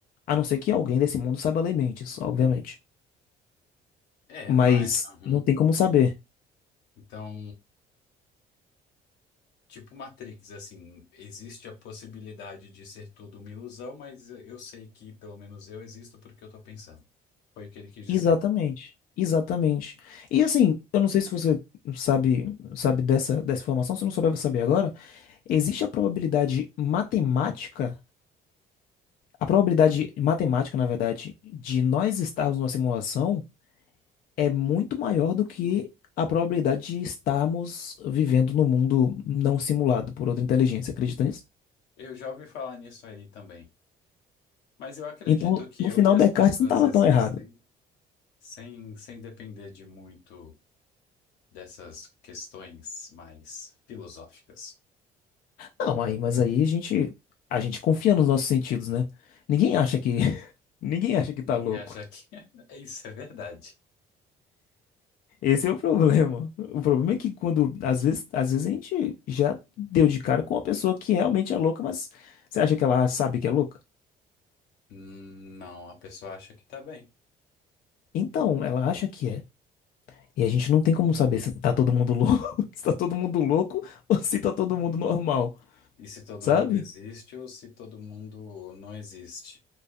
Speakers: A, on the left; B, on the left.
A: A não ser que alguém desse mundo saiba ler mentes, obviamente.
B: É,
A: Mas
B: mas. aham.
A: não tem como saber.
B: Então, tipo Matrix, assim, existe a possibilidade de ser tudo uma ilusão, mas eu sei que pelo menos eu existo porque eu tô pensando. Foi o que ele quis dizer.
A: Exatamente. Exatamente. E assim, eu não sei se você sabe, sabe dessa, dessa informação, se não souber, vai saber agora. Existe a probabilidade matemática, a probabilidade matemática, na verdade, de nós estarmos numa simulação. é muito maior do que a probabilidade de estarmos vivendo num mundo não simulado por outra inteligência, acredita nisso?
B: Eu já ouvi falar nisso aí também. Mas eu acredito
A: Então,
B: que
A: no
B: eu
A: final,
B: e as
A: Descartes
B: pessoas
A: não estava
B: existem
A: tão errado.
B: sem, sem depender de muito dessas questões mais filosóficas.
A: Não, aí, mas aí a gente, a gente confia nos nossos sentidos, né? Ninguém acha que, <laughs> ninguém acha que tá
B: Ninguém
A: louco.
B: acha que <laughs> isso é verdade.
A: Esse é o problema. O problema é que quando, às vezes, às vezes a gente já deu de cara com uma pessoa que realmente é louca, mas você acha que ela sabe que é louca?
B: Hum, Não, a pessoa acha que tá bem.
A: Então, ela acha que é. E a gente não tem como saber se tá todo mundo louco, <laughs> se tá todo mundo louco ou se tá todo mundo normal,
B: E se todo
A: sabe?
B: mundo existe ou se todo mundo não existe?